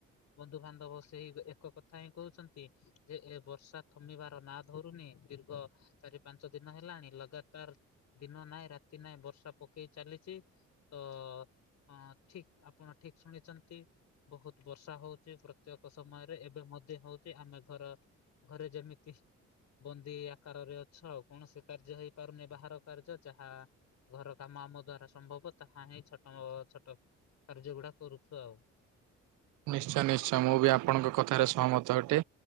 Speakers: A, on the left; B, on the right.
A: ବନ୍ଧୁ ବାନ୍ଧବ ସେ ଏଇ ବି ଏକ କଥା ହିଁ କହୁଛନ୍ତି। ଯେ ଏ ବର୍ଷା ଥମିବାର ନା ଧରୁନି ଦୀର୍ଘ ଚାରି ପାଞ୍ଚ ଦିନ ହେଲାଣି ଲଗାତାର୍ ଦିନ ନାହିଁ ରାତି ନାହିଁ ବର୍ଷା ପକେଇ ଚାଲିଚି। ତ ହଁ ଠିକ୍ ଆପଣ ଠିକ୍ ଶୁଣିଚନ୍ତି ବୋହୁତ୍ ବର୍ଷା ହୋଉଛି। ପ୍ରତ୍ୟେକ ସମୟରେ ଏବେ ମଧ୍ୟ ହୋଉଛି ଆମେ ଘର ଘରେ ଯେମିତି ବନ୍ଦୀ ଆକାରରେ ଅଛ ଆଉ କୌଣସି କାର୍ଯ୍ୟ ହେଇ ପାରୁନି ବାହାର କାର୍ଯ୍ୟ ଯାହା ଘର କାମ ଆମ ଦ୍ଵାରା ସମ୍ଭବ ତାହା ହିଁ ଛୋଟ ଛୋଟ କାର୍ଯ୍ୟ ଗୁଡ଼ା କରୁଛୁ ଆଉ
B: ନିଶ୍ଚୟ ନିଶ୍ଚୟ ମୁଁ ବି ଆପଣଙ୍କ କଥାରେ ସହମତ ଅଟେ।